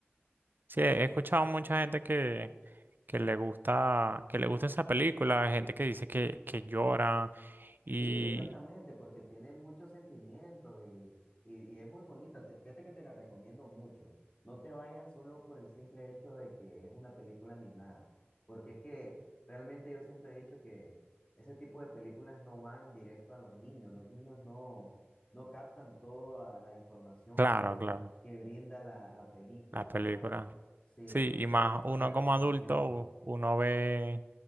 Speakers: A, on the right; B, on the left.
A: Sí, he escuchado mucha gente que, que le gusta, que le gusta esa película, hay gente que dice que, que llora y
B: Sí, exactamente, porque tiene muchos sentimientos y, y- y es muy bonita. Te- fíjate que te la recomiendo mucho. No te vayas solo por el simple hecho de que es una película animada, porque es que realmente yo siempre he dicho que ese tipo de películas no van directo a los niños. Los niños no, no captan toda la información
A: claro,
B: que,
A: claro,
B: que brinda la, la película.
A: las películas.
B: Pues sí,
A: Sí,
B: entonces
A: y más uno
B: te la
A: como
B: recomiendo.
A: adulto, uno ve,